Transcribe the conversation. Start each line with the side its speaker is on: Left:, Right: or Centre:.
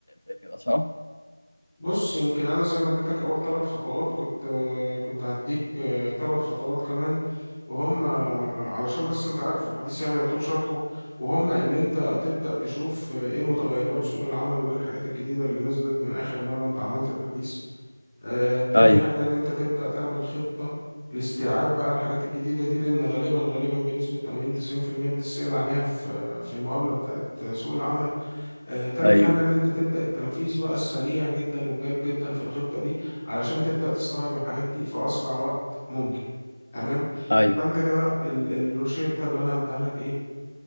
Left: زي كده صح؟
Centre: بص يمكن أنا زي ما اديتك أول ثلاث خطوات كنت آه، كنت هديك آه، ثلاث خطوات كمان وهم آه، علشان بس أنت عارف الحديث يعني يطول شرحه وهم إن أنت تبدأ تشوف آه، إيه متغيرات سوق العمل وإيه الحاجات الجديدة اللي نزلت من آخر مرة أنت عملت الحديث آه، تاني
Left: ايوه
Centre: حاجة إن أنت تبدأ تعمل خطة لاستيعاب بقى الحاجات الجديدة دي لأن غالبا غالبا بنسبة 80 90% بتسأل عليها في في المقابلة بتاعت سوق العمل آه، تالت
Left: ايوه
Centre: حاجة إن أنت تبدأ التنفيذ بقى السريع جدا والجاد جدا في الخطة دي علشان تبدأ تستوعب الحاجات دي في أسرع وقت ممكن تمام
Left: ايوه
Centre: فأنت كده ال- الروشتة اللي أنا هديها لك إيه